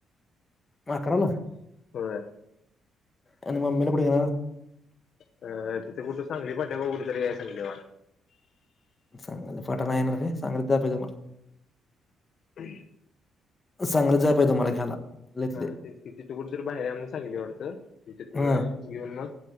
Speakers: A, on the left; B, on the left.
A: <inaudible> अकराला.
B: होय.
A: आणि मम्मी ला कुठ घेणार?
B: अ तिथे कुठं सांगली फाट्याजवळ कुठ तरी याय सांगितलय वाटत.
A: सांगली फाट्यात नाही येणार का सांगली जायाला पाहिजे मला.
B: <unintelligible>
A: सांगलीत जायला पाहिजे मला घ्यायला. इथले
B: हा तेच की तिथ कुठ तरी बाहेर या म्हणून सांगितलय वाटत तिथन
A: हा
B: घेऊन मग